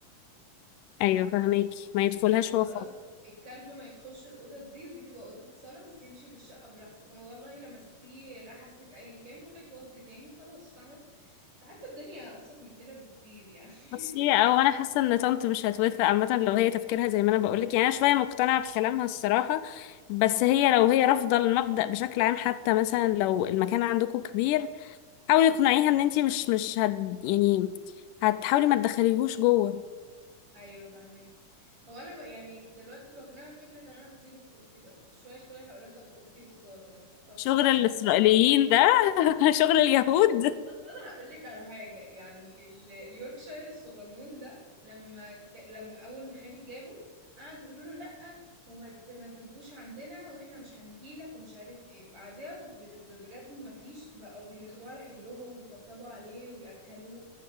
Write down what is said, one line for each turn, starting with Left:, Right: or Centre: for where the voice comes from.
Left: ايوه فاهماكي ما يدخلهاش
Right: يعني
Left: هو
Right: خلاص الكلب ما يدخلش الأوضة دي ودي تبقى أوضة صلاة بس يمشي في الشقة براحته والله لمستيه لحسك أيا كان روحي تودي تاني وخلاص فاهمة فحاسة الدنيا أبسط من كده بكتير يعني
Left: بصي
Right: <laughs>
Left: او انا حاسه ان طنط مش هتوافق عامه لو هي تفكيرها زي ما انا بقولك يعني انا شويه مقتنعه بكلامها الصراحه بس هي لو هي رافضه المبدا بشكل عام حتى مثلا لو المكان عندكم كبير حاولي اقنعيها ان انتي مش مش هت يعني هتحاولي ما تدخليهوش جوه
Right: ايوه فاهمك هو انا بقى يعني دلوقتي بقنعها بفكره ان انا هسيبه في اوضتي بس شويه شويه هقولها طب اوضتي والصاله مثلا طب شويه
Left: شغل
Right: شويه
Left: الاسرائيليين
Right: طب
Left: ده <laughs> شغل اليهود
Right: اصل انا هقول لك على حاجه يعني ال- اليوركشاير الصغنون ده لما ك... لما اول ما خالي جابه قعدوا يقولوا له لا وما ت... ما تجيبهوش عندنا واحنا مش هنجيلك ومش عارف ايه بعدها ب... ب- بجد ما فيش بقوا بياخدوه على حجرهم ويطبطبوا عليه وياكلوه